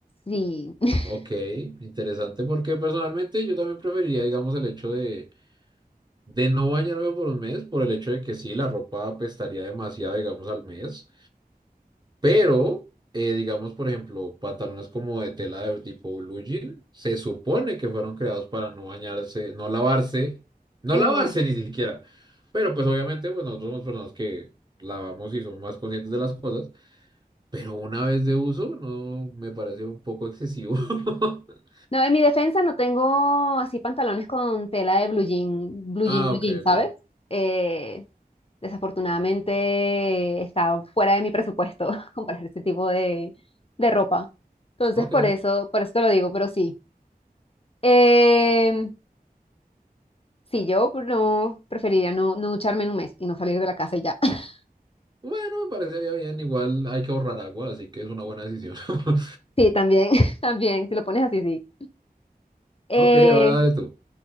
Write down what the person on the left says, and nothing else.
Sí. <laughs>
Mm.
No, en mi defensa no tengo así pantalones con tela de blue jean, blue jean,
blue
jean, ¿sabes?
Eh, Desafortunadamente está fuera de mi presupuesto <laughs> comprar este tipo de, de ropa. Entonces,
por eso, por eso te lo digo, pero sí. Em, sí, yo no preferiría no, no ducharme en un mes y no salir de la casa y ya. <laughs>
Sí, también, <laughs> también, si lo pones así, sí. Eh,